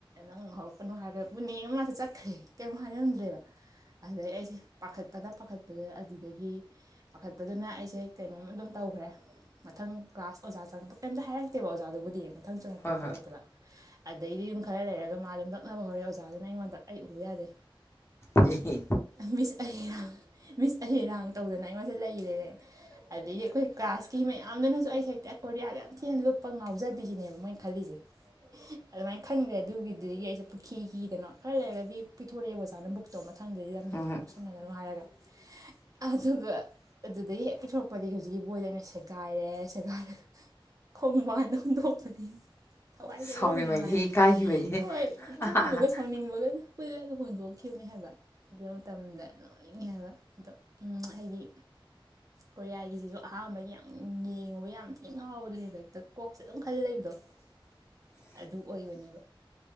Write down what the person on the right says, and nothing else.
ꯅꯪ ꯍꯧꯔꯛꯀꯅꯣ ꯍꯥꯏꯒ꯭ꯔ ꯄꯨꯅꯦ ꯃꯥꯁꯦ ꯆꯠꯈ꯭ꯔꯦ ꯀꯩꯝ ꯍꯥꯏꯔꯝꯗ꯭ꯔꯦꯕ ꯑꯗꯩ ꯑꯩꯁꯦ ꯄꯥꯈꯠꯄꯅ ꯄꯥꯈꯠꯄꯗ ꯑꯗꯨꯗꯒꯤ ꯑꯗꯨꯅ ꯑꯩꯁꯦ ꯀꯩꯅꯣꯝ ꯑꯗꯨꯝ ꯇꯧꯈ꯭ꯔꯦ꯫ ꯃꯊꯪ ꯀ꯭ꯂꯥꯁ ꯑꯣꯖꯥ ꯆꯪꯉꯛꯄ ꯀꯩꯝꯇ ꯍꯥꯏꯔꯛꯇꯦꯕ ꯑꯣꯖꯥꯗꯨꯕꯨꯗꯤ ꯃꯊꯪ ꯆꯪꯉꯛꯄ
ꯈꯣꯠꯂꯛꯄꯗ꯫
ꯑꯗꯩꯗꯤ ꯌꯨꯝ ꯈꯔ ꯂꯩꯔꯒ ꯃꯥ ꯑꯗꯨꯝ ꯅꯣꯛꯅꯕ ꯍꯧꯔꯑꯦ ꯑꯣꯖꯥꯗꯨꯅ ꯑꯩꯉꯣꯟꯗ ꯑꯩ ꯎꯕ ꯌꯥꯗꯦ꯫
ꯃꯤꯁ ꯑꯍꯦꯔꯥꯡ ꯃꯤꯁ ꯑꯍꯔꯥꯡ ꯇꯧꯗꯅ ꯑꯩꯉꯣꯟꯗ ꯂꯩꯔꯔꯦ꯫ ꯑꯗꯒꯤ ꯑꯩꯈꯣꯏ ꯀ꯭ꯂꯥꯁꯀꯤ ꯃꯌꯥꯝꯗꯨꯅꯁꯨ ꯑꯩ ꯍꯦꯛꯇ ꯀꯣꯔꯤꯌꯥꯗ ꯌꯥꯝ ꯊꯤꯅ ꯂꯨꯞꯄ ꯉꯥꯎꯖꯕꯤꯈꯤꯅꯦꯕ ꯃꯣꯏꯅ ꯈꯜꯂꯤꯁꯦ꯫ ꯑꯗꯨꯃꯥꯏꯅ ꯈꯟꯈ꯭ꯔꯦ ꯑꯗꯨꯒꯤꯗꯨꯗꯒꯤ ꯑꯩꯁꯦ ꯄꯨꯈꯤ ꯀꯤꯗꯅꯣ ꯈꯔ ꯂꯩꯔꯒꯗꯤ ꯄꯤꯊꯣꯔꯛꯑꯦꯕ ꯑꯣꯖꯥꯅ ꯕꯨꯛꯇ ꯇꯧ ꯃꯊꯪꯗꯗꯤ꯫
ꯁꯥꯟꯅꯅꯨ ꯍꯥꯏꯔꯒ ꯑꯗꯨꯒ ꯑꯗꯨꯗꯒꯤ ꯍꯦꯛ ꯄꯤꯊꯣꯔꯛꯄꯗꯒꯤ ꯍꯧꯖꯤꯛꯀꯤ ꯕꯣꯏꯗ ꯑꯩꯅ ꯁꯦꯒꯥꯏꯔꯦ ꯁꯦꯒꯥꯏꯔꯒ ꯈꯣꯡꯕꯥꯟꯗ ꯍꯨꯟꯗꯣꯛꯄꯅꯤ꯫ ꯊꯋꯥꯏꯖꯦ
ꯑꯔꯣꯏꯕꯤ ꯅꯨꯡꯉꯥꯏ
ꯍꯣꯏ ꯏꯀꯥꯏꯕꯒ
ꯁꯥꯎꯅꯤꯡꯕꯒꯅ꯫ ꯄꯨꯜꯂꯒ ꯍꯨꯟꯗꯣꯛꯈꯤꯕꯅꯦ ꯍꯥꯏꯕ ꯑꯗꯨ ꯃꯇꯝꯗ ꯅꯣꯛꯅꯤꯡꯉꯦ ꯍꯥꯏꯕ ꯑꯗꯣ ꯎꯝ ꯍꯥꯏꯗꯤ ꯀꯣꯔꯤꯌꯥꯒꯤꯖꯤꯖꯨ ꯑꯍꯥꯟꯕꯒꯤ ꯌꯥꯝ ꯌꯦꯡꯉꯨꯕ ꯌꯥꯝ ꯊꯤꯅ ꯉꯥꯎꯕꯗꯨꯅꯦꯕ ꯍꯦꯛꯇ ꯀꯣꯛꯁꯦ ꯑꯗꯨꯝ ꯈꯜ ꯂꯩꯕꯗꯣ꯫
ꯑꯗꯨ ꯑꯣꯏꯕꯅꯦꯕ꯫